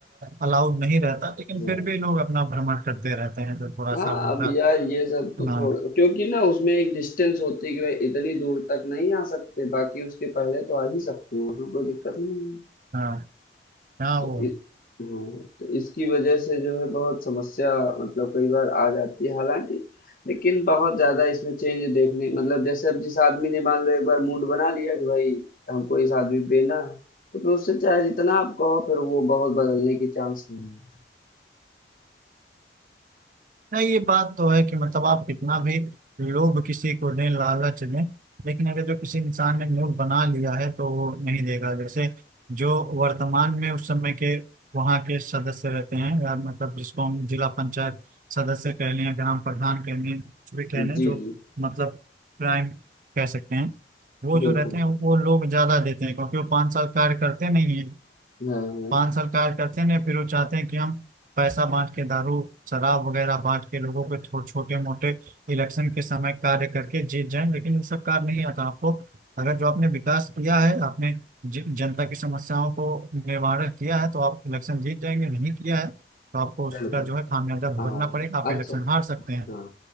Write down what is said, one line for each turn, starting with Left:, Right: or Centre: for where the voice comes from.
Right: अलाउड नहीं रहता लेकिन
Left: हाँ
Right: फिर भी लोग अपना भ्रमण करते रहते हैं तो थोड़ा
Left: हाँ
Right: सा उनका
Left: अब यार ये सब तो
Right: हाँ
Left: थोड़ा क्योंकि ना उसमें एक डिस्टेंस होती है कि भाई इतनी दूर तक नहीं आ सकते बाकी उसके पहले तो आ ही सकते हैं उसमें कोई दिक्कत ही नहीं है
Right: हाँ हाँ
Left: तो
Right: वो
Left: इ, हाँ तो इसकी वजह से जो है बहुत समस्या मतलब कई बार आ जाती है हालांकि लेकिन बहुत ज्यादा इसमें चेंज देखने मतलब जैसे अब जिस आदमी ने मान लो एक बार मूड बना लिया कि भाई हमको इस आदमी पे देना है तो फिर उससे चाहे जितना आप कहो फिर वो बहुत बदलने की चांस नहीं है
Right: नहीं ये बात तो है कि मतलब आप कितना भी लोभ किसी को दें लालच दें लेकिन अगर जो किसी इंसान ने मूड बना लिया है तो वो नहीं देगा जैसे जो वर्तमान में उस समय के वहाँ के सदस्य रहते हैं या मतलब जिसको हम जिला पंचायत सदस्य कह लें या ग्राम प्रधान कह लें कुछ भी कह लें
Left: जी
Right: जो
Left: जी
Right: मतलब प्राइम कह सकते हैं वो जो
Left: बिल्कुल
Right: रहते हैं वो लोग ज्यादा देते हैं क्योंकि वो पाँच साल कार्य करते नहीं है
Left: हाँ हाँ
Right: पान सरकार करते हैं फिर वो चाहते हैं कि हम पैसा बांट के दारू शराब वगैरह बांट के लोगों को छो, छोटे मोटे इलेक्शन के समय कार्य करके जीत जाएं लेकिन ये सब कार्य नहीं आता आपको अगर जो आपने विकास किया है आपने ज- जनता की समस्याओं को निवारण किया है तो आप इलेक्शन जीत जाएंगे नहीं किया है तो आपको उसका
Left: बिल्कुल
Right: जो है खामियाजा भुगतना
Left: हाँ
Right: पड़ेगा आप इलेक्शन
Left: अच्छा
Right: हार सकते हैं
Left: हाँ